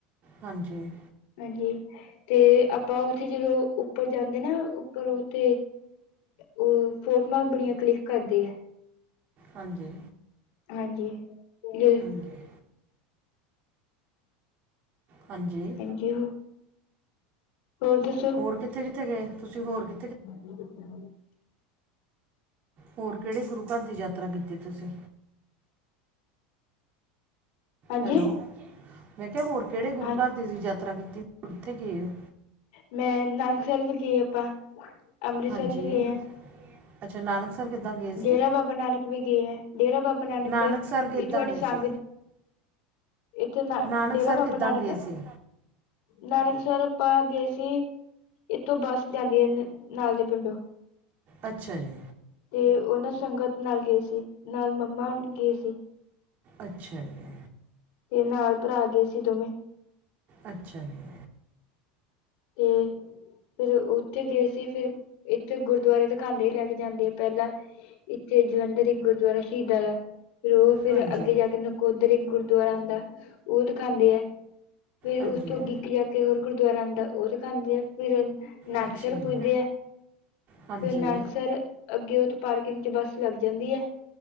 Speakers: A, on the right (about 40°); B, on the left (about 65°).
A: ਹਾਂਜੀ
B: ਹਾਂਜੀ, ਤੇ ਆਪਾਂ ਉੱਥੇ ਜਦੋਂ ਉੱਪਰ ਜਾਂਦੇ ਨਾ ਉੱਪਰ ਉੱਥੇ ਓ, ਫੋਟੋਆਂ ਬੜੀਆਂ ਕਲਿੱਕ ਕਰਦੇ ਆ।
A: ਹਾਂਜੀ।
B: ਹਾਂਜੀ, ਜ
A: ਅਤੇ ਹਾਂਜੀ।
B: ਹਾਂਜੀ, ਹੋਰ ਦੱਸੋ?
A: ਹੋਰ, ਕਿੱਥੇ-ਕਿੱਥੇ ਗਏ, ਤੁਸੀਂ ਹੋਰ ਕਿ
B: ਹਾਂਜੀ।
A: ਹੋਰ ਕੇੜੇ ਗੁਰੂ ਘਰ ਦੀ ਯਾਤਰਾ ਕੀਤੀ, ਤੁਸੀਂ
B: ਹਾਂਜੀ
A: ਹੈਲੋ, ਮੈਂ ਕਿਆ ਹੋਰ ਕੇੜੇ ਗੁਰੂ
B: ਹਾਂ
A: ਘਰ ਦੀ ਯਾਤਰਾ ਕੀਤੀ, ਕਿੱਥੇ ਗੇ ਓ
B: ਮੈਂ ਨਾਨਕਸਰ ਵੀ ਗੇ ਆਪਾਂ, ਅੰਮ੍ਰਿਤਸਰ
A: ਹਾਂਜੀ
B: ਵੀ ਗੇ ਆ
A: ਅੱਛਾ ਨਾਨਕਸਰ ਕਿੱਦਾਂ ਗਏ ਸੀ
B: ਡੇਰਾ ਬਾਬਾ ਨਾਨਕ ਵੀ ਗੇ ਆ, ਡੇਰਾ ਬਾਬਾ ਨਾਨਕ
A: ਨਾਨਕਸਰ
B: ਇਥੋਂਡੇ
A: ਕਿੱਦਾਂ ਗਏ
B: ਸੰਗ
A: ਸੀ?
B: ਇੱਥੇ ਨਾ,
A: ਨਾਨਕਸਰ
B: ਡੇਰਾ ਬਾਬਾ
A: ਕਿੱਦਾਂ
B: ਨਾਨਕ
A: ਗਏ ਸੀ?
B: ਨਾਨਕਸਰ ਆਪਾ ਗੇ ਸੀ, ਇੱਥੋਂ ਬੱਸ ਜਾਂਦੀ ਐ ਨ-ਨਾਲ ਦੇ ਪਿੰਡੋਂ
A: ਅੱਛਾ ਜੀ।
B: ਤੇ ਓਹਨਾਂ ਸੰਗਤ ਨਾਲ ਗੇ ਸੀ, ਨਾਲ ਮੰਮਾ ਹੁਣੀ ਗੇ ਸੀ।
A: ਅੱਛਾ ਜੀ।
B: ਤੇ ਨਾਲ ਭਰਾ ਗਏ ਸੀ ਦੋਵੇਂ।
A: ਅੱਛਾ ਜੀ।
B: ਤੇ ਫੇਰ ਓਥੇ ਗਏ ਸੀ। ਫੇਰ ਇੱਥੇ ਗੁਰਦੁਆਰੇ ਦਿਖਾਦੇ ਹੀ ਲੈ ਕੇ ਜਾਂਦੇ ਆ ਪੈਲਾਂ। ਏਥੇ ਜਲੰਧਰ ਇੱਕ ਗੁਰਦੁਆਰਾ ਸ਼ਹੀਦਾਂ ਦਾ ਫੇਰ ਓ ਫੇਰ
A: ਹਾਂਜੀ।
B: ਅੱਗੇ ਜਾ ਕੇ ਨਕੋ- ਨਕੋਦਰ ਇੱਕ ਗੁਰਦੁਆਰਾ ਆਂਦਾ ਓ ਦਿਖਾਂਦੇ ਐ, ਫੇਰ
A: ਹਾਂਜੀ।
B: ਓਸ ਤੋਂ ਅੱਗੇ ਇੱਕ ਜਾ ਹੋਰ ਗੁਰਦੁਆਰਾ ਆਦਾ ਓ ਦਿਖਾਂਦੇ ਆ ਫੇਰ ਨਾਨਕਸਰ
A: ਅੱਛਾ ਜੀ।
B: ਪੁੱਜਦੇ ਐ।
A: ਹਾਂਜੀ,
B: ਫੇਰ ਨਾਨਕਸਰ ਅੱਗੇ ਓਥੋਂ ਪਾਰਕਿੰਗ ਚ ਬੱਸ ਲੱਗ ਜਾਂਦੀ ਐ।